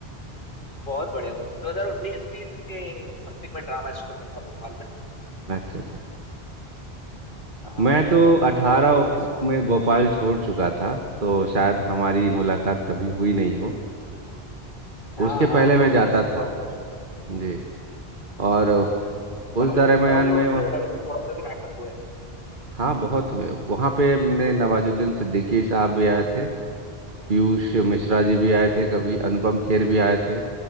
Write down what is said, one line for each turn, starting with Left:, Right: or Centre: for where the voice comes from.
Left: बहुत बड़े हूँ 2019-20 के समथिंग में ड्रामा स्कूल में था भोपाल में
Right: अच्छा अच्छा
Left: हाँ
Right: मैं
Left: उसका
Right: तो
Left: 2019-20
Right: अठारह में भोपाल
Left: कुछ
Right: छोड़ चुका था तो शायद हमारी मुलाकात कभी हुई नहीं हो
Left: हाँ
Right: उसके
Left: हाँ
Right: पहले
Left: हाँ
Right: मैं जाता
Left: हाँ, संभव
Right: था
Left: है संभव।
Right: जी और
Left: अच्छा अच्छा अच्छा
Right: उस
Left: पवन
Right: दरमियान
Left: पवन और
Right: में वह
Left: रविंद्र भवन में भी नाटक हुए
Right: हाँ बहुत हुए वहाँ पे हमने नवाजुद्दीन सिद्दीकी साहब भी आए थे पीयूष मिश्रा
Left: अच्छा
Right: जी भी
Left: अच्छा
Right: आए
Left: अच्छा।
Right: थे कभी अनुपम खेर भी आए थे